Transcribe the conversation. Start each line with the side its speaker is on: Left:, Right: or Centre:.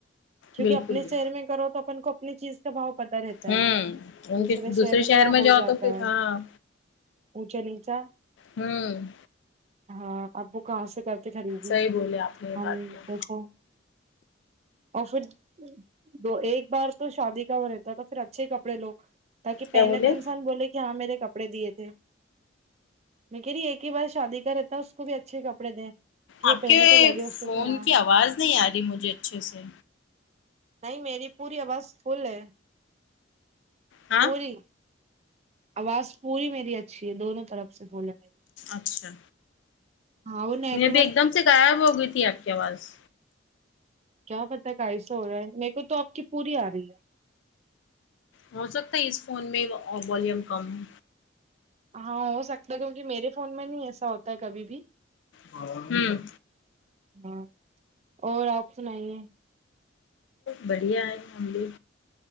Right: کیونکہ
Left: بالکل
Right: اپنے
Left: بھی
Right: شہر میں کرو تو اپن کو اپنی چیز کا بھاؤ پتہ رہتا
Left: ہوں
Right: ہے
Left: ان
Right: دوسرے
Left: کے
Right: شہر میں تھوڑا ہو
Left: جاؤ
Right: جاتا
Left: تو پھر
Right: ہے
Left: ہاں
Right: اونچا نیچا
Left: ہوں
Right: ہاں اب وہ کہاں سے کرتے خریدی
Left: صحیح بولے آپ نے یہ
Right: ہم
Left: بات تو
Right: دیکھو اور پھر دو ایک بار تو شادی کا وہ رہتا ہے تو پھر اچھے ہی کپڑے لو تاکہ پہنے
Left: کیا بولے
Right: تو انسان بولے کہ جہاں میرے کپڑے دیے تھے میں کہی ایک ہی بار شادی کا رہتا اس کو بھی اچھے کپڑے دیں کہ وہ
Left: آپ
Right: پہنے
Left: کے
Right: تو لگے اس
Left: فون
Right: کو کہ ہاں
Left: کی آواز نہیں آ رہی مجھے اچھے سے
Right: نہیں میری پوری آواز فل ہے
Left: ہاں
Right: پوری آواز پوری میری اچھی ہے دونوں طرف سے بھولیں میری
Left: اچھا
Right: ہاں وہ نیٹ
Left: میں ابھی
Right: ورک
Left: ایک دم سے غائب ہو گئی تھی آپ کی آواز
Right: کیا پتا کا ایسا ہو رہا ہے میرے کو تو آپ کی پوری آ رہی ہے
Left: ہو سکتا ہے اس فون میں والیوم کم ہو
Right: ہاں ہو سکتا ہے کیونکہ میرے فون میں نہیں ایسا ہوتا ہے کبھی بھی
Left: ہمم
Right: ہاں اور آپ سنائیے
Left: بڑھیا ہے ہم بھی